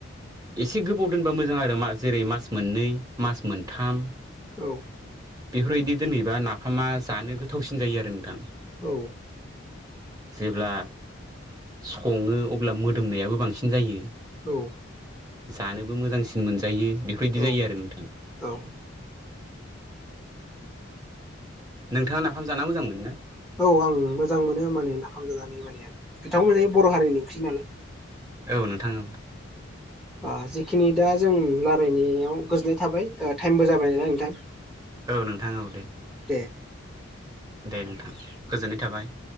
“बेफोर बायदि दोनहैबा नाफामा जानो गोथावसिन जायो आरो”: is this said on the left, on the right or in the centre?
Right